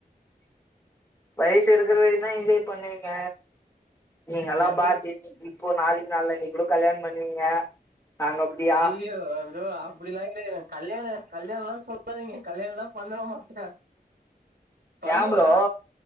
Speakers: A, on the left; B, on the right.
A: வயசு இருக்குற வரைக்குந்தா என்ஜாய் பண்ணுவீங்க நீங்க எல்லா
B: கண்டி
A: பாக்யசாலி இப்போ நாளைக்கி நாளான்னைக்கூட கல்யாணோ பண்ணுவீங்க நாங்க அப்டியா
B: அய்யய்யோ ப்ரோ அப்டிலா கல்யாணோ கல்யாணல்லா சொல்லாதீங்க கல்யாணல்லா பண்ணவே மாட்டே பண்ணுவே
A: ஏ ப்ரோ